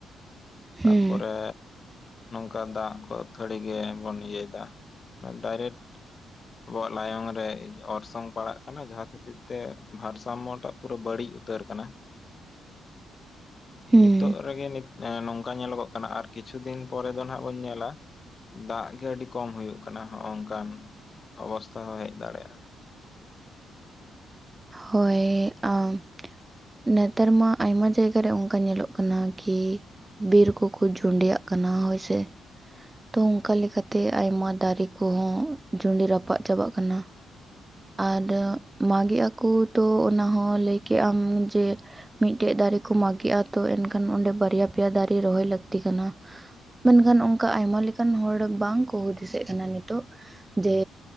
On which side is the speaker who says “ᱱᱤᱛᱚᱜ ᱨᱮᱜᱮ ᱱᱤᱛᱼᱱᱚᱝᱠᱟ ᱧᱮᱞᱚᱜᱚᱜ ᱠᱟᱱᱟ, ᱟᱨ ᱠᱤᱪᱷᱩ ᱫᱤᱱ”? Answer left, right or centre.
Left